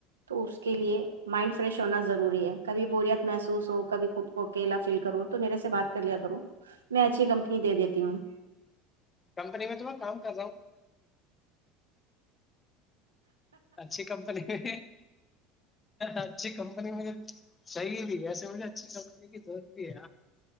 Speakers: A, on the right (about 90°); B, on the left (about 25°).
A: تو اس کے لیے مائنڈ فریش ہونا ضروری ہے کبھی بوریت محسوس ہو کبھی خود کو اکیلا فیل کرو تو میرے سے بات کر لیا کرو میں اچھی کمپنی دے دیتی ہوں
B: کمپنی میں تو میں کام کر جاؤں اچھی کمپنی میں اچھی کمپنی مجھے چاہیے بھی ایسے مجھے اچھی کمپنی کی دست بھی ہے